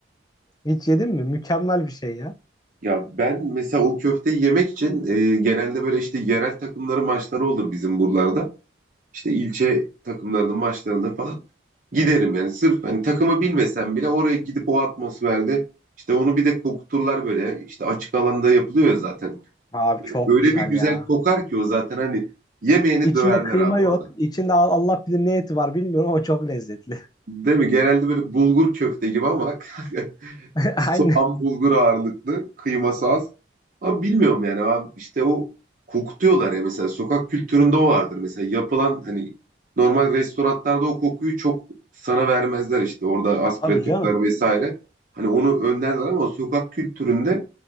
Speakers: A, on the left; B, on the right.
A: Hiç yedin mi? Mükemmel bir şey ya.
B: Ya ben mesela o köfteyi yemek için e, genelde böyle işte yerel takımların maçları olur bizim buralarda. İşte ilçe takımlarının maçlarında falan giderim yani. Sırf hani takımı bilmesem bile oraya gidip o atmosferde işte onu bir de kokuturlar böyle. İşte açık alanda yapılıyor ya zaten.
A: Abi
B: Böyle,
A: çok
B: öyle
A: güzel
B: bir güzel
A: ya.
B: kokar ki o zaten hani yemeğini
A: İçinde
B: döverler
A: kıyma
B: abi
A: yok.
B: orada.
A: İçinde Allah bilir ne eti var bilmiyorum ama çok lezzetli.
B: Değil mi? Genelde böyle bulgur köfte gibi ama <laughs>
A: <laughs>
B: Soğan
A: Aynen.
B: bulgur ağırlıklı, kıyması az. Ama bilmiyorum yani abi işte o kokutuyorlar ya mesela sokak kültüründe o vardır. Mesela yapılan hani normal restoranlarda o kokuyu çok sana vermezler işte orada aspiratörler
A: Abi canım.
B: vesaire. Hani onu önlerler ama sokak kültüründe